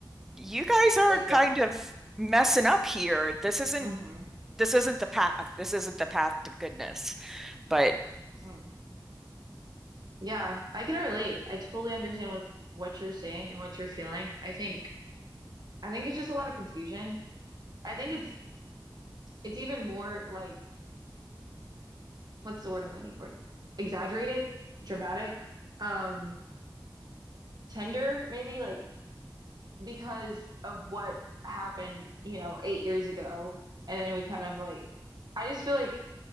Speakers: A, in the centre; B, on the right.
A: you guys are
B: Like
A: kind
B: yeah,
A: of messing up here this isn't
B: Mm-hmm.
A: this isn't the path this isn't the path to goodness but
B: Mm. yeah. I can relate. I totally understand with what you're saying and what you're feeling. I think I think it's just a lot of confusion. I think it's it's even more like. what's the word I'm looking for? Exaggerated, dramatic, um, tender, maybe like because of what happened, you know, eight years ago. And then we kind of like, I just feel like